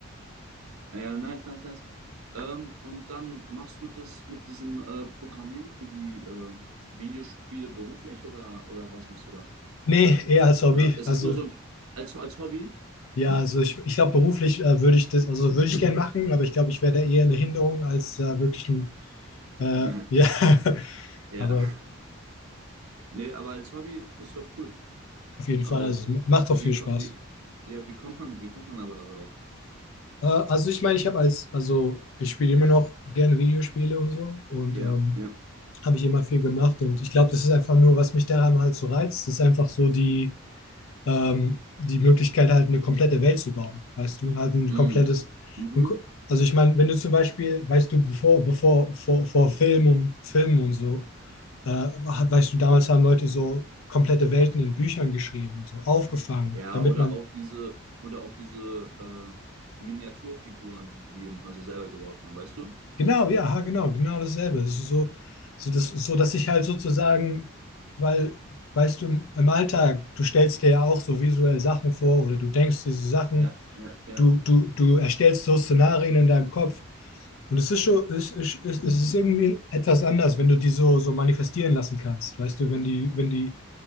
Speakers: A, on the right; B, on the left.
A: Ja, ja, nice, nice, nice. Ähm, und dann machst du das mit diesem äh, Programmieren für die äh, Videospiele beruflich oder, oder was machst du da?
B: Nee, eher als Hobby.
A: Oder ist
B: Also
A: das nur so ein, als, als Hobby?
B: Ja, also ich, ich glaube, beruflich äh, würde ich das, also würde ich gern machen, aber ich glaube, ich wäre da eher eine Hinderung als äh, wirklich ein,
A: <laughs>
B: äh, ja, <laughs>
A: Ja.
B: aber
A: Nee, aber als Hobby ist doch cool.
B: auf jeden Fall,
A: Aber
B: also es ma- macht
A: wie,
B: doch viel
A: ko-
B: Spaß.
A: wie, ja, wie kommt man, wie kommt man aber darauf?
B: Äh, also ich meine, ich habe als, also ich spiele immer noch gerne Videospiele und so und
A: Ja,
B: ähm,
A: ja.
B: habe ich immer viel gemacht und ich glaube, das ist einfach nur, was mich daran halt so reizt, das ist einfach so die, ähm, die Möglichkeit, halt eine komplette Welt zu bauen. Weißt du, halt ein
A: Mm.
B: komplettes.
A: Mhm.
B: ein ko- Also ich meine, wenn du zum Beispiel, weißt du, bevor, bevor, vor, vor Film und Filmen und so, äh, ha- weißt du, damals haben Leute so komplette Welten in Büchern geschrieben und so, aufgefangen,
A: Ja,
B: damit
A: oder
B: man,
A: auch diese, oder auch diese äh, Miniaturfiguren, die sie eben mal so selber gebaut haben, weißt du?
B: genau, ja, ha, genau, genau dasselbe. Es ist so, so, das, so, dass ich halt sozusagen, weil, weißt du, im Alltag, du stellst dir ja auch so visuell Sachen vor oder du denkst diese Sachen,
A: Ja, ja. Ja.
B: du, du, du erstellst so Szenarien in deinem Kopf Und es ist schon, es, es, es es ist irgendwie etwas anders, wenn du die so, so manifestieren lassen kannst. Weißt du, wenn die, wenn die,